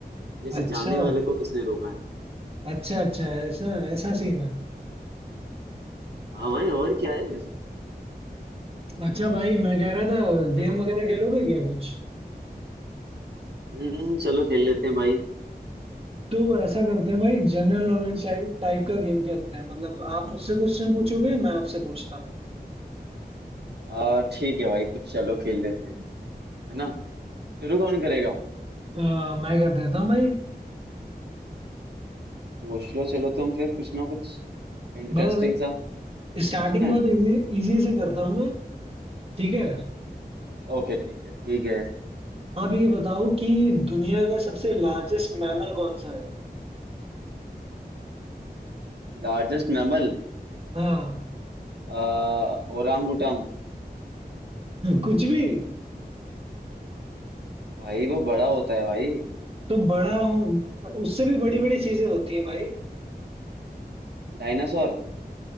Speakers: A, on the right (about 85°); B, on the right (about 35°).
A: जैसे
B: अच्छा
A: चाहने वाले को किसने रोका है
B: अच्छा अच्छा ऐसा ऐसा सीन है
A: हाँ भाई और क्या है
B: अच्छा भाई मैं कह रहा था गेम
A: देखो
B: वगैरह खेलोगे क्या कुछ
A: हम्म, चलो खेल लेते हैं भाई
B: तो ऐसा करते हैं भाई जनरल नॉलेज टाइप टाइप का गेम खेलते हैं मतलब आप मुझसे क्वेश्चन पूछोगे मैं आपसे पूछता हूँ
A: आ ठीक है भाई कुछ चलो खेल लेते हैं है ना शुरू कौन करेगा
B: अ, मैं कर देता हूँ भाई
A: पूछ लो चलो तुम फिर कुछ ना कुछ इंटरेस्टिंग
B: मैं
A: सा
B: स्टार्टिंग
A: पूछना है
B: बहुत इजी इजी से करता हूँ मैं ठीक है
A: ओके ठीक है ठीक है
B: आप ये बताओ कि दुनिया का सबसे लार्जेस्ट मैमल कौन सा है
A: Largest mammal
B: हाँ
A: आ ओरांग उटांग?
B: कुछ भी
A: भाई वो बड़ा होता है भाई
B: तो बड़ा हूँ उससे भी बड़ी बड़ी चीजें होती हैं भाई
A: डायनासोर